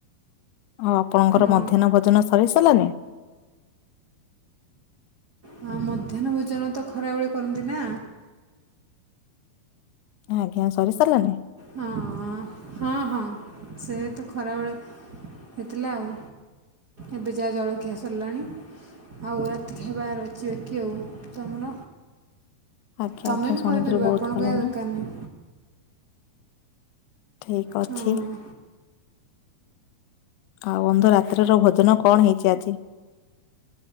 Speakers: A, on the left (about 85°); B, on the right (about 50°).
A: ଆଉ ଆପଣଙ୍କର
B: ହଁ
A: ମଧ୍ୟାହ୍ନ ଭୋଜନ ସରି ସାରିଲାନି?
B: ହ ମଧ୍ୟାହ୍ନ ଭୋଜନ ତ ଖରାବେଳେ କରନ୍ତି ନା।
A: ଆଜ୍ଞା ସରି ସାରିଲାନି?
B: ହଁ। ହଁ ହଁ। ସେ ତ ଖରାବେଳେ, ହେଇଥିଲା ଆଉ। ଏବେ ଯାହା ଜଳଖିଆ ସରିଲାଣି। ଆଉ ରାତି ଖାଇବାର ଅଛି ବାକି ଆଉ। ତମର?
A: ଆଜ୍ଞା
B: ତମେ
A: ଆଜ୍ଞା
B: ବି
A: ଶୁଣିକିରି
B: କହିପାରିବ,
A: ବହୁତ
B: ଆପଣ
A: ଭଲ
B: କହିବା
A: ଲାଗିଲା
B: ଦରକାର ନାହି।
A: ଠିକ୍ ଅଛି।
B: ହଁ
A: ଆଉ ଅନ୍ଧ ରାତ୍ରର, ଭୋଜନ କଣ ହେଇଛି ଆଜି?